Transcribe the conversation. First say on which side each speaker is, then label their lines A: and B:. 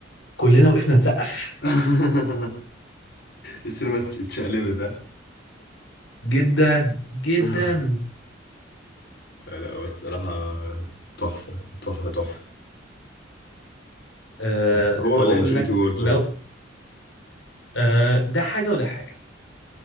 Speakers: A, on the left; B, on the left.
A: كلنا وقفنا نسقف
B: <laughs> السينما اتش- اتشقلبت ها
A: جدا جدا
B: <laughs> لا بس الصراحة تحفة تحفة تحفة
A: آه
B: طب هو
A: طب
B: ولا
A: اقول
B: انفينيتي
A: لك
B: وور طيب
A: لو آه ده حاجه وده حاجه